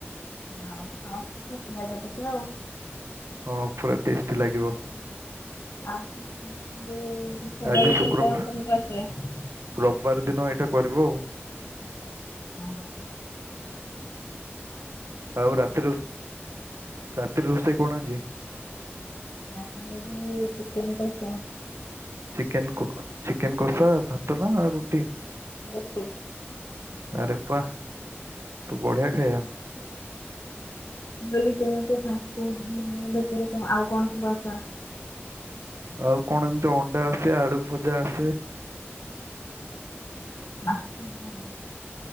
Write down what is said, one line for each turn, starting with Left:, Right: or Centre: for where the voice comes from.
Left: ଆ ସମସ୍ତେ ତ ପିଆଜ ଦେଥିବ ଆଉ।
Right: ହଁ ପୁରା ଟେଷ୍ଟି ଲାଗିବ।
Left: ଆଉ <unintelligible> ଭିତରୁ କଣ
Right: ଆଜି ଶୁକ୍ରବାର
Left: <unintelligible> ଆସେ?
Right: ରବିବାର ଦିନ ଏଇଟା କରିବ ଆଉ।
Left: ହଁ।
Right: ଆଉ ରାତିରେ ରୋ ରାତିରେ ରୋଷେଇ କଣ ଆଜି?
Left: ରାତି ରେ ଆଜି ଚିକେନ କଷା।
Right: ଚିକେନ କକ ଚିକେନ କଷା, ଭାତ ନା ରୁଟି?
Left: ରୁଟି।
Right: ଆରେ ବାଃ ତ ବଢଆ ଖଇଆ।
Left: ହୁଁ ମୁଁ କହିଲି <unintelligible> ଆଉ କଣ ସବୁ ଆସେ?
Right: ଆଉ କଣ ଏମିତି ଅଣ୍ଡା ଆସେ ଆଳୁ ଭଜା ଆସେ।
Left: <unintelligible>